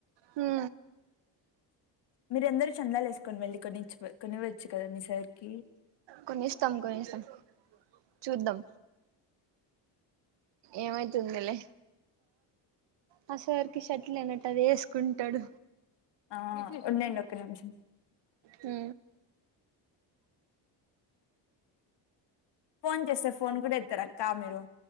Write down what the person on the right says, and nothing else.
ఉ
కొనిస్తాం కొనిస్తాం చూద్దాం ఏమైతుందిలే ఆ సార్ కి షట్లు లేనట్టు అది వేసుకుంటాడు,
హు